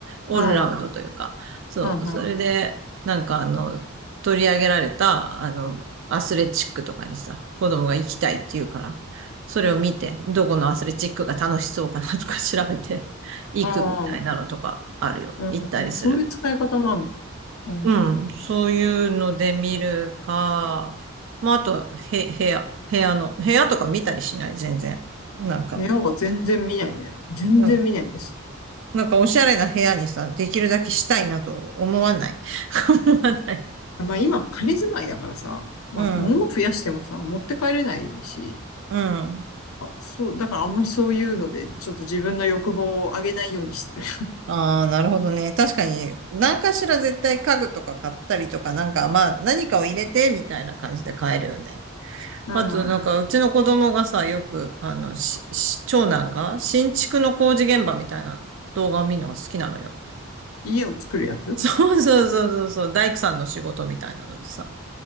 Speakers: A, on the right; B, on the left.
A: オールラウンドというか。
B: うん。
A: そう。
B: うん、
A: それで、
B: うん。
A: なんかあの、取り上げられた、あの、アスレチックとかにさ、子供が行きたいって言うから、それを見て、どこのアスレチックが楽しそうかなとか調べて、行くみたいなのとかあるよ。
B: ああ。うん、
A: 行ったりする。
B: そういう使い方もあるの。うん
A: うん、そういうので見るか、まあ、あとは、へ、部屋、部屋の、部屋とか見たりしない、全然。なんか、
B: 部屋は全然見ないね。全然見ないんです。
A: なんかなんかおしゃれな部屋にさ、できるだけしたいなと思わない。<laughs> 思わない。
B: まあ今仮住まいだからさ、まあ物増やしてもさ、
A: うん、
B: 持って帰れないし、
A: うん。
B: あそう、だからあんまりそういうので、ちょっと自分の欲望を上げないようにしてる。<laughs>
A: ああ、なるほどね。確かに、何かしら絶対家具とか買ったりとか、なんか、まあ、何かを入れて、みたいな感じで買えるよね。
B: うん。
A: あと、なんか、うちの子供がさ、よく、あの、しし長男が、新築の工事現場みたいな動画を見るのが好きなのよ。
B: 家を作るやつ
A: そうそうそうそうそう、大工さんの仕事みたいなのでさ、